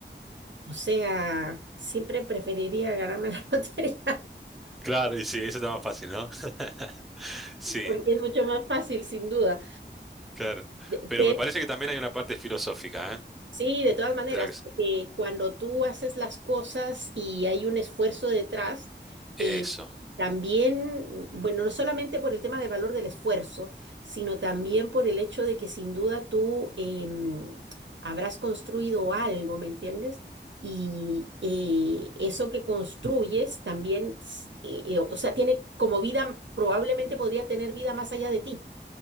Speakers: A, on the right; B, in the centre.
A: O sea, siempre preferiría ganarme la <laughs> lotería
B: Claro, y sí, eso está más fácil, ¿no? <laughs> Sí,
A: porque es mucho más fácil, sin duda.
B: claro.
A: De-
B: Pero
A: Pero
B: me parece que también hay una parte filosófica, ¿eh?
A: Sí, de todas maneras,
B: De la que...
A: porque cuando tú haces las cosas y hay un esfuerzo detrás, y
B: Eso,
A: también, bueno, no solamente por el tema del valor del esfuerzo, sino también por el hecho de que sin duda tú em, habrás construido algo, ¿me entiendes? Y eh, eso que construyes también, s- eh, eh, o sea, tiene como vida, probablemente podría tener vida más allá de ti.